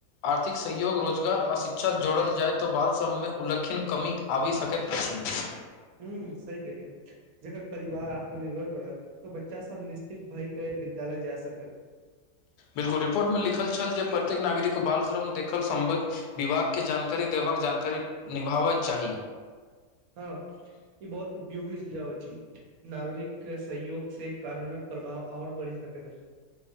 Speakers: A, on the left; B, on the right.
A: आर्थिक सहयोग रोजगार आओ शिक्षा जोड़ल जाइ तऽ बाल सभमे उल्लखीन कमी आबि सकैत अछि
B: हूँ सही कहलियए जखन परिवार आत्मनिर्भर बनत तऽ बच्चा सब निश्चित भय कै विद्यालय जाय सकत
A: बिल्कुल रिपोर्ट मे लिखल छल जे प्रत्येक नागरिक बाल श्रम देखल सम्बद्ध विभाग के जानकारी देबक जानकारी निभाबैत चाही
B: हँ ई बहुत उपयोगी सुझाव अछि नागरिक सहयोग से कानूनक प्रभाव आओर बढ़ि सकै